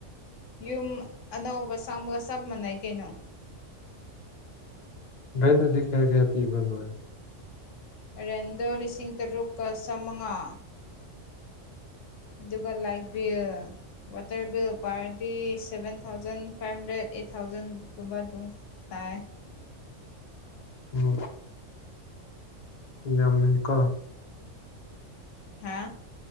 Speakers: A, on the left; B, on the left.
A: ꯌꯨꯝ ꯑꯅꯧꯕ ꯁꯥꯡꯕꯒ ꯆꯞ ꯃꯥꯟꯅꯩ ꯀꯩꯅꯣ
B: ꯗ꯭ꯔꯦꯟꯗꯗꯤ ꯀꯌꯥ ꯀꯌꯥ ꯄꯤꯕ ꯅꯣꯏ
A: ꯔꯦꯟꯗꯣ ꯂꯤꯁꯤꯡ ꯇꯔꯨꯛꯀ ꯆꯝꯃꯉꯥ ꯑꯗꯨꯒ ꯂꯥꯏꯠ ꯕꯤꯜ ꯋꯥꯇꯔ ꯕꯤꯜ ꯄꯥꯔꯗꯤ seven thousand five hundred eight ꯊꯥꯎꯖꯟꯒꯨꯝꯕ ꯑꯗꯨꯝ ꯇꯥꯏ
B: ꯎꯝ ꯌꯥꯝꯃ‌ꯦꯀ‌ꯣ
A: ꯍꯥ